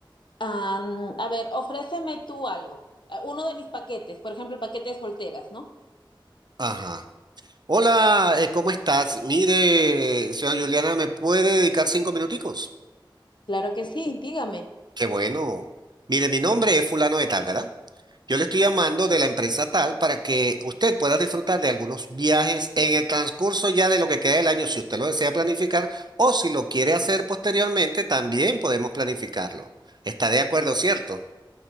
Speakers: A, on the left (about 65°); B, on the right (about 55°).
A: Am, a ver, ofréceme tú algo. Eh, Uno de mis paquetes, por ejemplo, el paquete de solteras, ¿no?
B: Ajá. Hola, eh, ¿cómo estás? Mire, señora Juliana, ¿me puede dedicar cinco minuticos?
A: Claro que sí, dígame.
B: Qué bueno. Mire, mi nombre es fulano de tal, ¿verdad? Yo le estoy llamando de la empresa tal para que usted pueda disfrutar de algunos viajes en el transcurso ya de lo que queda del año, si usted lo desea planificar o si lo quiere hacer posteriormente, también podemos planificarlo. ¿Está de acuerdo, cierto?